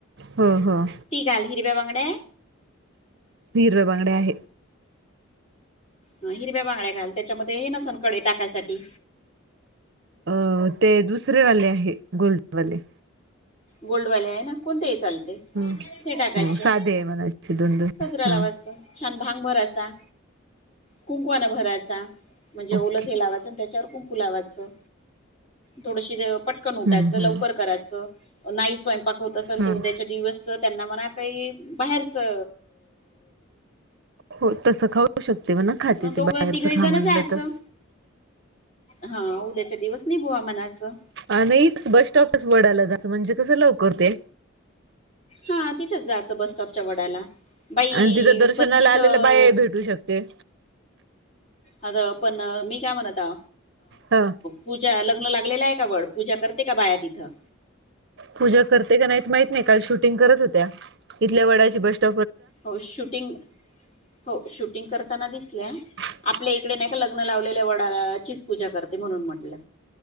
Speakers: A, on the right (about 55°); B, on the left (about 30°).
A: हो हो
B: ती घाल हिरव्या बांगड्या
A: हीरवे्या बांगडे आहे
B: ह हिरव्या बांगड्या घाल त्याच्यामध्ये हे नसन कडे टाकायसाठी
A: अ ते दुसरे वाले आहे गोल्डवाले
B: गोल्डवाले आहे ना कोणतेही चालतं.
A: हो
B: ते टाकायचे
A: हो साधे आहे मनाचे दोन दोन
B: गजरा लावायचा.
A: हा
B: छान भांग भरायचा. कुंकवान भरायचा म्हणजे ओल
A: ओके
B: ते लावायच त्याच्यावर कुंकु लावाचं. थोडशी पटकन उटायचं
A: हम्म हम्म
B: लवकर करायचं. नाही स्वयंपाक होत असेल
A: हम्म.
B: तर उद्याच्या दिवसच त्यांना मना काही बाहेरच अ
A: हो तसं खाऊ शकतं. तेव्हा न खाते
B: अं दोघं
A: ते बाहेरचं
B: तिघही
A: खा
B: जण
A: म्हणलं
B: जायचं
A: तर.
B: हा उद्याच्या दिवस नाही बुवा मनाचं.
A: नाही बस स्टॉपच वडाला जा म्हणजे कसं लवकर ते
B: हा तिथंच जायचं बस स्टॉपच्या वडाला बाई
A: आणि तिथं दर्शनाला
B: पण तिथं
A: आलेल्या बायाही भेटू शकते.
B: ह पण मी काय म्हणत अ
A: हा
B: पूजाल ल लागलेला आहे का वड पूजा करते का बाया तिथं.
A: पूजा करते का नाहीत माहित नाही काल शूटिंग करत होत्या इथल्या वडाची बस्
B: हो शूटिंग हो शूटिंग करताना दिसल्या.
A: <inaudible>
B: आपल्या इकडे नाही का लग्न लावलेल्या वडाचीच पूजा करते म्हणून म्हटलं.